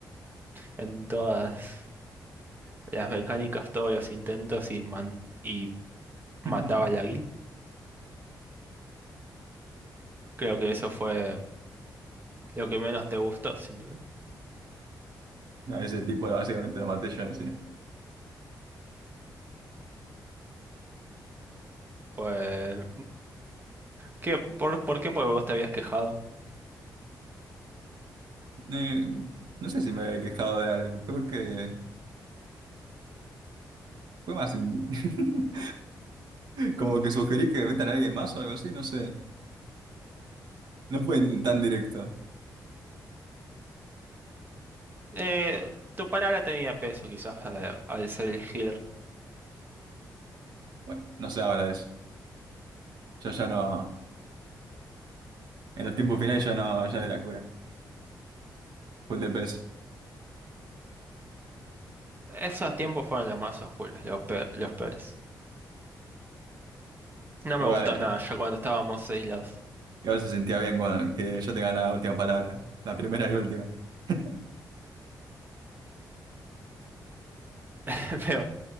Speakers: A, on the right (about 30°); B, on the right (about 75°).
A: En todas las mecánicas, todos los intentos y, man- y mataba
B: <laughs>
A: a la Vil. Creo que eso fue lo que menos te gustó, sin duda.
B: A ese tipo básicamente lo maté yo encima.
A: Fue ¿Qué, por, por qué? Porque vos te habías quejado.
B: Eh, no sé si me había quejado de algo, creo que fue más... in- <laughs> Como que sugerí que metan a alguien más o algo así, no sé. No fue tan directo.
A: Eh, tu palabra tenía peso, quizás, al, al ser el healer.
B: Bueno, no sé ahora eso. Yo ya no. En los tiempos finales ya no, ya de la cura. Full de pez.
A: Esos tiempos fueron los más oscuros, los, pe- los peores. No me
B: Igual,
A: gustó nada ya cuando estábamos aislados.
B: igual se sentía bien cuando, que yo tenga la última palabra. La primera y última. <laughs>
A: <laughs> Pero